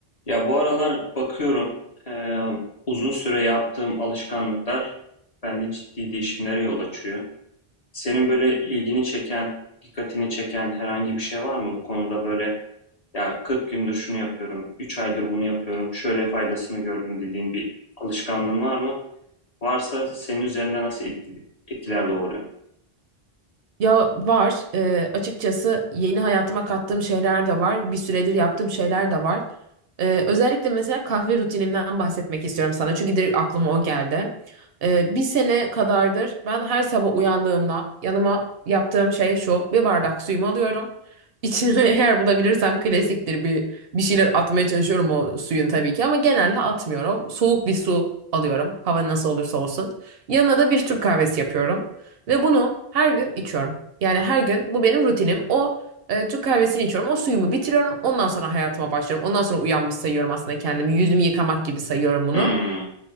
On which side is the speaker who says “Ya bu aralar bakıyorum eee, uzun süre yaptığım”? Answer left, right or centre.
Left